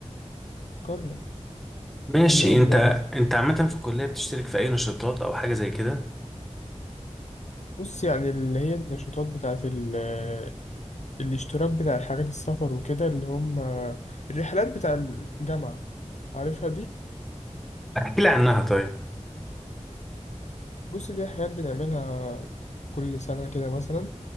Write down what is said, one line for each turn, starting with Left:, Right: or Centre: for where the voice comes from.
Left: جرب
Centre: ماشي
Left: ده اللي قصدي
Centre: انت
Left: عليه
Centre: انت عامة في الكلية بتشترك في اي نشاطات او حاجة زي كده
Left: بص يعني اللي هي النشاطات بتاعة ال- آه، الاشتراك بتاع حاجات السفر وكده اللي هم الرحلات بتاع الجامعة عارفها دي
Centre: احكي لي عنها طيب
Left: بص دي حاجات بنعملها كل سنة كده مثلا